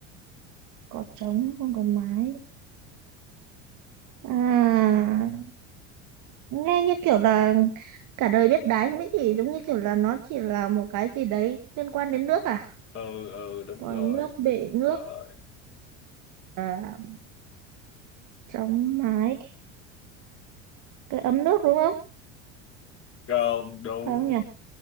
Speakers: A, on the right; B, on the left.
A: có trống không có mái À, nghe như kiểu là cả đời biết đái không biết gì giống như kiểu là nó chỉ là một cái gì đấy liên quan đến nước à
B: ừ ừ đúng
A: vòi
B: rồi
A: nước bể
B: đúng
A: nước
B: rồi
A: à, trống mái cái ấm nước đúng không
B: không đúng
A: phải không nhỉ